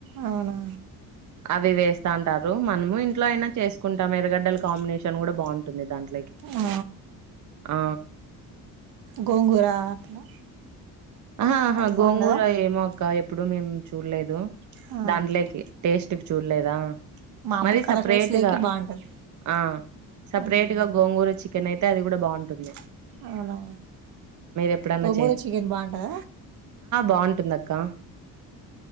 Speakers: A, on the right (about 80°); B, on the right (about 55°).
A: అవునా
B: అవి వేస్తాంటారు మనము ఇంట్లో అయినా చేసుకుంటాం ఎరగడ్డల కాంబినేషన్ కూడా బాంటుంది దాంట్లో
A: ఆ
B: ఆ
A: గోంగూర అట్లా
B: అహా అహా
A: అది
B: గోంగూర
A: బావుండదా?
B: ఏమో కా ఎప్పుడూ మేము చూల్లేద్ దు
A: ఆ!
B: దాంట్లేకి టేస్ట్ చూల్లేదా
A: మామూలు
B: మరి
A: కలర్
B: సపరేట్గా
A: రైస్ లేకి బావుంటది.
B: ఆ సపరేట్గా
A: హ్మ్.
B: గోంగూర చి చికెన్ అయితే అది గూడా బాంటుంది
A: అవునా
B: ఎప్పుడన్నా
A: గోంగూర చికెన్ బా బ
B: బాంటుందక్కా